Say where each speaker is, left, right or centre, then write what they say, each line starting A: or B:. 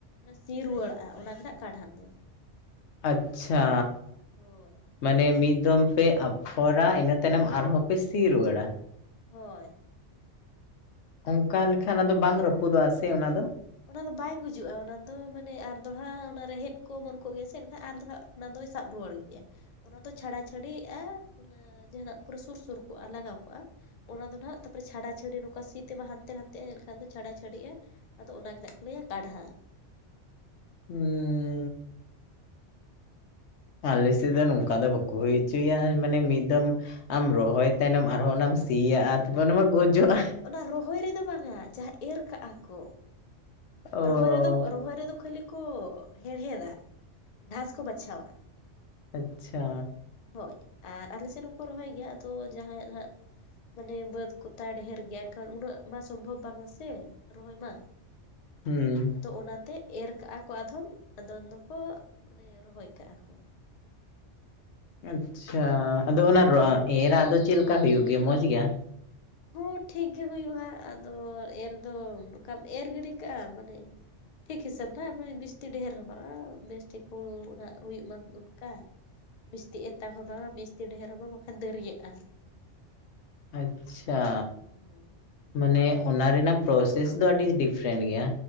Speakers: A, on the left; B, on the left.
A: ᱥᱤ ᱨᱩᱣᱟᱹᱲᱟᱜᱼᱟ ᱚᱱᱟ ᱜᱮ ᱦᱟᱸᱜ ᱠᱟᱰᱦᱟᱱ ᱫᱚ
B: ᱟᱪᱪᱷᱟ
A: ᱦᱳᱭ
B: ᱢᱟᱱᱮ ᱢᱤᱫ ᱫᱚᱢ ᱯᱮ ᱟᱯᱷᱚᱨᱟ ᱤᱱᱟᱹ ᱛᱟᱭᱱᱚᱢ ᱟᱨᱦᱚᱸ ᱯᱮ ᱥᱤ ᱨᱩᱣᱟᱹᱲ-ᱟ
A: ᱦᱳᱭ
B: ᱚᱱᱠᱟ ᱞᱮᱠᱷᱟᱱ ᱟᱫᱚ ᱵᱟᱝ ᱨᱟᱹᱯᱩᱫᱚᱜ-ᱟ ᱥᱮ ᱚᱱᱟᱫᱚ
A: ᱚᱱᱟ ᱫᱚ ᱵᱟᱭ ᱜᱩᱡᱩᱜᱼᱟ ᱚᱱᱟ ᱫᱚ ᱢᱟᱱᱮ ᱟᱨ ᱫᱚᱲᱦᱟ ᱚᱱᱟ ᱨᱮᱦᱮᱫ ᱠᱚ ᱚᱢᱚᱱ ᱠᱚᱜ ᱜᱮᱭᱟ ᱥᱮ ᱮᱱᱠᱷᱟᱱ ᱟᱨ ᱫᱚ ᱚᱱᱟ ᱫᱚᱭ ᱥᱟᱵ ᱨᱩᱣᱟᱹᱲ ᱜᱮᱭᱟ ᱚᱱᱟ ᱫᱚ ᱪᱷᱟᱲᱟ ᱪᱷᱟᱹᱰᱤᱜᱼᱟ ᱡᱟᱦᱟ ᱱᱟᱜ ᱯᱩᱨᱟᱹ ᱥᱩᱨ ᱥᱩᱨ ᱠᱚᱜᱼᱟ ᱞᱟᱜᱟᱣ ᱠᱚᱜᱼᱟ ᱚᱱᱟ ᱫᱚ ᱱᱟᱸᱜ ᱛᱟᱨᱯᱚᱨ ᱪᱷᱟᱰᱟ ᱪᱷᱟᱹᱰᱤ ᱱᱚᱝᱠᱟ ᱥᱤ ᱛᱮᱢᱟ ᱦᱟᱱᱛᱮ ᱱᱟᱛᱮᱼᱟ ᱮᱱᱠᱷᱟᱱ ᱫᱚ ᱪᱷᱟᱰᱟ ᱪᱷᱟᱹᱰᱤᱜᱼᱟ ᱟᱫᱚ ᱚᱱᱟᱜᱮ ᱱᱟᱸᱜ ᱠᱚ ᱞᱟᱹᱭ-ᱟ ᱠᱟᱲᱦᱟᱱ
B: ᱩᱸ ᱟᱞᱮ ᱥᱮᱫ ᱫᱚ ᱱᱚᱝᱠᱟ ᱫᱚ ᱵᱟᱠᱚ ᱦᱩᱭ ᱦᱚᱪᱚᱭ-ᱟ ᱢᱟᱱᱮ ᱢᱤᱫ ᱫᱚᱢ ᱟᱢ ᱨᱚᱦᱚᱭ ᱛᱟᱭᱱᱚᱢ ᱟᱨᱦᱚᱸ ᱚᱱᱟᱢ ᱥᱤᱭᱟᱜ-ᱟ ᱛᱚᱵᱮ ᱚᱱᱟ ᱢᱟ ᱜᱚᱡᱚᱜ-ᱟ
A: ᱚᱱᱟ ᱨᱚᱦᱚᱭ ᱨᱮᱫᱚ ᱵᱟᱝᱟ ᱡᱟᱦᱟᱸ ᱮᱨ ᱠᱟᱜ-ᱟ ᱠᱚ
B: ᱚ
A: ᱨᱚᱦᱚᱭ ᱨᱮᱫᱚ ᱨᱚᱦᱚᱭ ᱨᱮᱫᱚ ᱠᱷᱟᱹᱞᱤ ᱠᱚ ᱦᱮᱲᱦᱮᱫ ᱫᱟ ᱜᱷᱟᱸᱥ ᱠᱚ ᱵᱟᱪᱷᱟᱣ-ᱟ
B: ᱟᱪᱪᱷᱟ
A: ᱦᱳᱭ ᱟᱨ ᱟᱞᱮ ᱥᱮᱫ ᱦᱚᱸᱠᱚ ᱨᱚᱦᱚᱭ ᱜᱮᱭᱟ ᱟᱫᱚ ᱡᱟᱦᱟᱸᱭ ᱟᱜ ᱦᱟᱸᱜ ᱢᱟᱱᱮ ᱵᱟᱹᱫ ᱠᱚᱛᱟᱭ ᱰᱷᱮᱨ ᱜᱮᱭᱟ ᱮᱱᱠᱷᱟᱱ ᱩᱱᱟᱹᱜ ᱢᱟ ᱥᱚᱢᱵᱷᱚᱵ ᱵᱟᱝ ᱟᱥᱮ ᱨᱚᱦᱚᱭ ᱢᱟ
B: ᱦᱩᱸ
A: ᱟᱫᱚ ᱚᱱᱟ ᱛᱮ ᱮᱨ ᱠᱟᱜ-ᱟ ᱠᱚ ᱟᱫᱷᱚᱢ ᱟᱫᱚᱱ ᱫᱚᱠᱚ ᱢᱟᱱᱮ ᱨᱚᱦᱚᱭ ᱠᱟᱜ-ᱟ ᱠᱚ
B: ᱟᱪᱪᱷᱟ ᱟᱫᱚ ᱚᱱᱟ ᱮᱨᱟᱜ ᱫᱚ ᱪᱮᱫ ᱞᱮᱠᱟ ᱦᱩᱭᱩᱜ ᱜᱮᱭᱟ ᱢᱚᱸᱡᱽ ᱜᱮ
A: ᱦᱚᱸ ᱴᱷᱤᱠ ᱜᱮ ᱦᱩᱭᱩᱜ-ᱟ ᱟᱫᱚ ᱮᱨ ᱫᱚ ᱱᱚᱝᱠᱟᱢ ᱮᱨ ᱜᱤᱰᱤ ᱠᱟᱜ-ᱟ ᱢᱟᱱᱮ ᱴᱷᱤᱠ ᱦᱤᱥᱟᱹᱵᱽ <unintelligible> ᱵᱮᱥ ᱴᱷᱤᱠ ᱚᱲᱟᱜ ᱦᱳᱭᱳᱜ ᱢᱟ ᱫᱚᱨᱠᱟ ᱢᱤᱥᱛᱤ ᱮᱛᱟᱝ ᱦᱚᱸ ᱵᱟᱝᱟ ᱢᱤᱥᱛᱤ ᱰᱷᱮᱨ ᱦᱚᱸ ᱵᱟᱝ ᱵᱟᱠᱷᱟᱱ ᱫᱟᱹᱨᱭᱟᱹᱜ-ᱟ
B: ᱟᱪᱪᱷᱟ
A: ᱦᱳᱭ
B: ᱢᱟᱱᱮ ᱚᱱᱟ ᱨᱮᱱᱟᱜ ᱯᱨᱚᱥᱮᱥ ᱫᱚ ᱟᱹᱰᱤ ᱰᱤᱯᱷᱮᱨᱮᱱᱴ ᱜᱮᱭᱟ